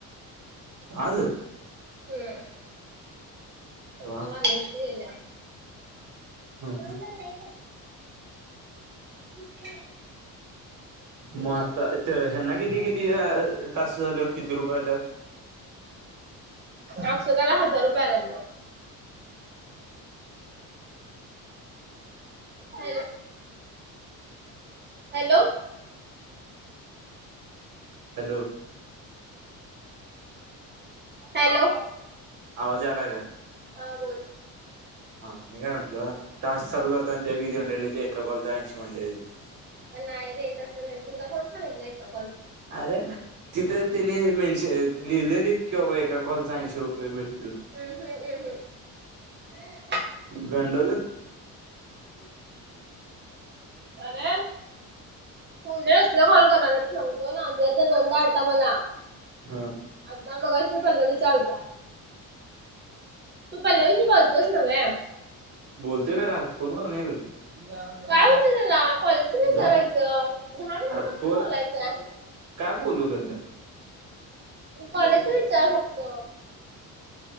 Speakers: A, on the right (about 55°); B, on the right (about 30°).
A: आज.
B: हम्म
A: वा
B: आता वाजवतच गेल्याऽ
A: हम्म,
B: अणा नाही मा <unintelligible>
A: म आता,, तेऽ त्यांना, किती, किती गं टास्क झाल्यावर किती रुपये आल्यात.
B: अक्षता ला हजार रुपय आल्यात बग. <inaudible> हॅलो.
A: हॅलो.
B: हॅलो.
A: आवाज यालाय काय.
B: हा बोल
A: हां, मी काय म्हटलं, टास्क चालू
B: ह
A: करतान त्यावेळी किती म्हलेलेेते एका कॉलचा ऐशी म्हणलेलेत
B: नाही रे तसं नाही तुला कोण सांगितलंय काऽऽ
A: अरे, तिथे तिने मेनश लिहिलेलीत कि बाबा एका कॉलचा ऐंशी रुपये भेटऽ
B: हम्म, हम्म, हम्म, हम्म
A: गंडो
B: अरेऽ‌ पुढे असलं कॉल करायला न सांगतो नाजीयाचा दोनदा आलता मला.
A: हा
B: आता मगाशी पल्लवीचा चालता. तू पलावी शी बोलतोस नव्हे.
A: बोलतोय, खरं फोन वर नाही बाई.
B: काय होतय त्याला? कॉलेजच विचारायचं
A: जा,
B: दहा मिनिटं
A: अरे
B: फक्त
A: फोऽ
B: बोलायचंय
A: काय बोलू खरं?
B: कॉलेजचं विचार फक्त